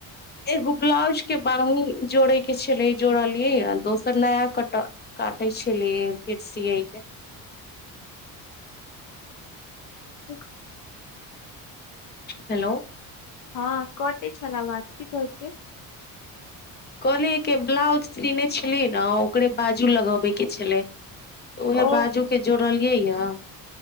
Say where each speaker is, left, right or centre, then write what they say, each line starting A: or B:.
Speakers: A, on the left; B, on the left.
A: एगो ब्लाउज के बांगी जोड़े के छले जोड़लियै आ दोसर नया कट कटै छलिय लेफेर सियइ
B: ठ <inaudible>
A: हेलो
B: हँ कटे छलआबाज। की कहलियै
A: कहलिय के ब्लाउज सीने छलियै ने ओकरे बाजू लगबे की छलै उएह
B: ओ
A: बाजू के जोड़लियै या